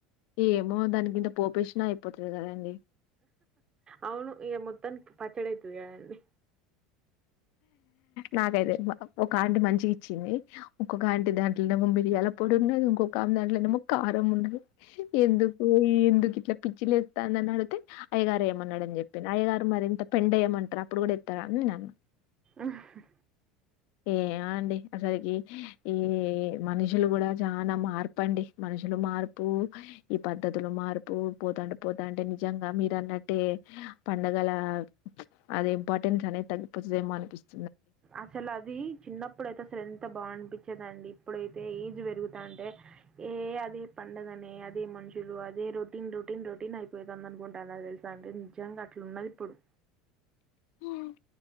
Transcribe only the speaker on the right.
అవును ఇగ మొత్తానికి పచ్చడైతది కదండి
ఆహా
అసలు అది చిన్నప్పుడైతే అసలు ఎంత బాగనిపించేదండి ఇప్పుడైతే ఏజ్ పెరుగుతాంటే ఏ అదే పండగనే అదే మనుషులు అదే రొటీన్ రో టీన్ రొటీన్ అయిపోయేది అందన్గుండాలి నాకు తెలుసా అంటే నిజంగా అట్లున్నది ఇప్పుడు